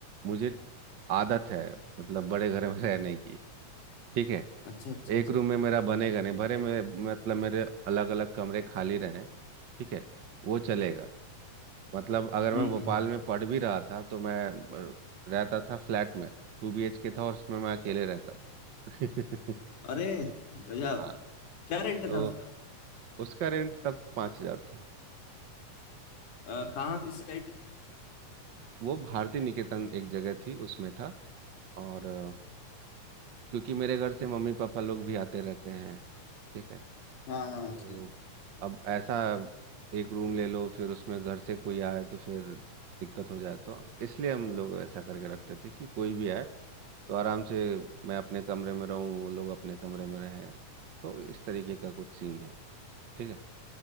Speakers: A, on the right; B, on the left.
A: मुझे आदत है मतलब बड़े घर में <laughs> रहने की ठीक है
B: अच्छा अच्छा अच्छा
A: एक रूम में मेरा बनेगा नहीं भरे में मतलब मेरे अलग अलग कमरे खाली रहें ठीक है वो चलेगा मतलब अगर मैं
B: हम्म हम्म
A: भोपाल
B: हम्म।
A: में पढ़ भी रहा था तो मैं अ, रहता था फ्लैट में टू बी एच के था और उसमें मैं अकेले रहता था <laughs>
B: अरे गजब
A: हाँ
B: क्या रेंट
A: तो
B: था उसका
A: उसका रेंट तब पाँच हजार था
B: अ, कहाँ किस साइड
A: वो भारती निकेतन एक जगह थी उसमें था और अ, क्योंकि मेरे घर से मम्मी पापा लोग भी आते रहते हैं ठीक है
B: हाँ
A: तो
B: हाँ हाँ, सही
A: अब ऐसा एक रूम ले लो फिर उसमें घर से कोई आए तो फिर दिक्कत हो जाए तो इसलिए हम लोग ऐसा करके रखते थे कि कोई भी आए तो आराम से मैं अपने कमरे में रहूँ वो लोग अपने कमरे में रहें तो इस तरीके का कुछ सीन है ठीक है